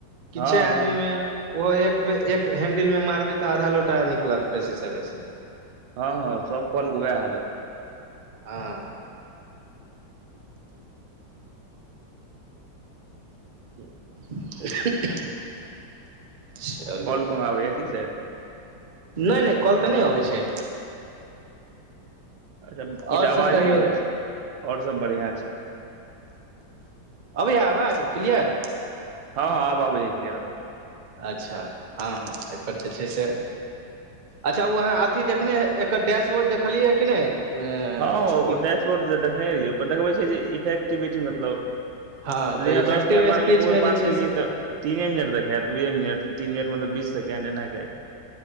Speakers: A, on the right; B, on the right.
A: किछे
B: हँ
A: आदमी
B: हँ
A: मे ओहो एक बेर एक हैंडिल मे मारबै तऽ आधा लोटा निकलत बेसीसँ बेसी
B: हँ हँ स कल के उएह हालत
A: आ
B: ह
A: <inaudible> चलू
B: कॉल कोनो आबैएा की से
A: नै नै कल तऽ नहि अबैत छै
B: अच्छा किछु
A: आओर
B: आवाज
A: सब कहियौ
B: नहि आबै छै और सब बढ़िियां छै
A: अबै है आवाज क्लियर
B: हँ आबैय क्लियर
A: अच्छा हँ हँ एहिपर जे छै से अच्छा ओ अहाँ अथी देखने ह एकर डैशबोर्ड देखलियै कि नहि अ
B: हँ डैशबोर्ड देखने रहियै ओ देखबै छै जे इफेक्टिविटी मतलब
A: हँ तऽ
B: जेना
A: इफेक्टिव
B: दसमे बारहमे
A: स्पीचमे
B: ओस
A: जे
B: बात
A: छै
B: के लए
A: से
B: तऽ तीने मिनट देखात दूए मिनट तीन मिनट मतलबीस सेकेंड एना के